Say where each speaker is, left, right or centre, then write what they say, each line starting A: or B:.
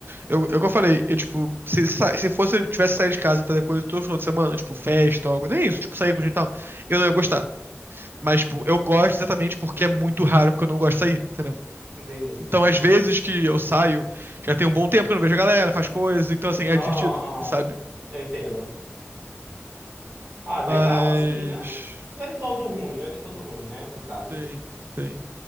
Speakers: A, on the right (about 50°); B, on the right (about 80°).
A: Eu, eu que eu falei, eu, tipo, se, sa- se fosse eu tivesse saído de casa e fazer coisa todo final de semana, tipo, festa, algo, nem isso, tipo, sair com gente e tal, eu não ia gostar.
B: Uhum,
A: Mas, tipo, eu gosto exatamente porque é muito raro, porque eu não gosto de sair, entendeu?
B: entendi, entendi.
A: Então, às vezes que eu saio, já tem um bom tempo que eu não vejo a galera, faz coisas então, assim, é
B: Aham,
A: divertido,
B: aham,
A: sabe?
B: eu entendo. Ah, legal,
A: Mas.
B: assim, não é, não é de todo ruim, não é de todo ruim, né, no caso.
A: Sim, sim.